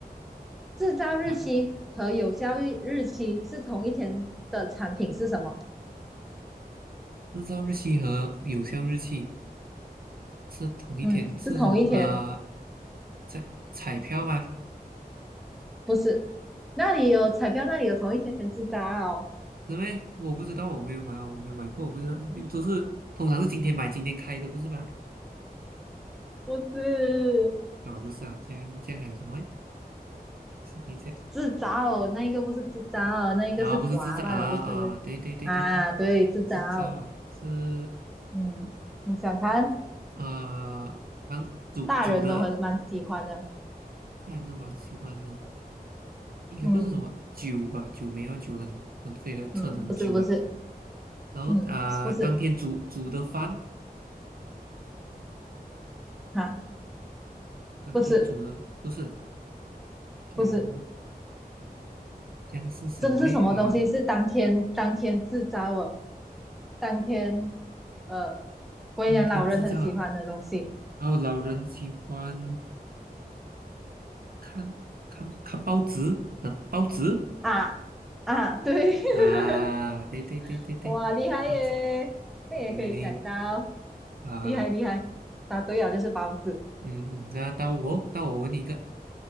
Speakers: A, in the centre; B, on the right.
A: 制造日期和有效日期是同一天的产品是什么？
B: 啊。日照日期和有效日期是同一天，
A: 嗯，
B: 是什么啊？
A: 是同一天，
B: 彩彩票吗？
A: 不是？那里有彩票，那里有同一天制造，
B: 是么？我不知道，我没有买，我没有买过，我不知道，都是通常是今天买今天开的，不是吗？
A: 不是？
B: 啊、不是啊，这样这样还有什么诶？想一下，
A: 自找，那一个不是自找，那一个是滑吧的，
B: 啊，不是制造啊啊，
A: 不是啊？
B: 对对对对对，
A: 对，自找。
B: 制造啊是
A: 嗯，你想看，
B: 呃，啊，煮煮的，
A: 大人都很蛮喜欢的。
B: 家人都蛮喜欢的，应该不是什么酒吧，
A: 嗯
B: 酒没有啊酒很很可以喝撑很久啊。
A: 嗯，不是不是，
B: 然后啊、
A: 嗯不是
B: 当天煮煮的饭，
A: 啊，
B: 当天煮的不是，
A: 不是不是，
B: 这样这样是什么嘞？
A: 真的是什么东西？
B: 啊，
A: 是当天当天自找哦，当天呃，我跟你讲，
B: 当天制造啊。
A: 老人很喜欢的东西
B: 然后老人喜欢看看看报纸，等报纸
A: 啊啊，对，<laughs>
B: 啊，对对对对对，
A: 哇，厉害耶，
B: 报纸，
A: 这也可以想到，
B: 好嘞嘞啊，
A: 厉害厉害，答对了就是包子。
B: 嗯，嗯那到我到我问你一个